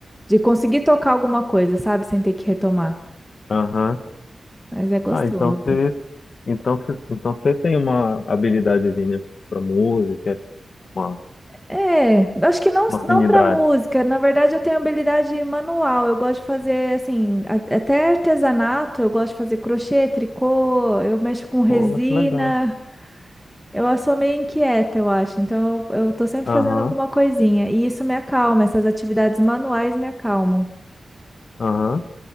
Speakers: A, in the centre; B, on the left.
A: de conseguir tocar alguma coisa, sabe? Sem ter que retomar.
B: aham.
A: Mas é gostoso.
B: Ah, então você, então você, então você tem uma habilidadezinha pra música, uma,
A: É, acho que não,
B: uma
A: não
B: afinidade.
A: para música. Na verdade, eu tenho habilidade manual. Eu gosto de fazer, assim, a- até artesanato. Eu gosto de fazer crochê, tricô. Eu mexo com resina.
B: Pô, mas que legal.
A: Eu sou meio inquieta, eu acho. Então, eu, eu tô sempre
B: Aham,
A: fazendo alguma coisinha. E isso me acalma. Essas atividades manuais me acalmam.
B: aham,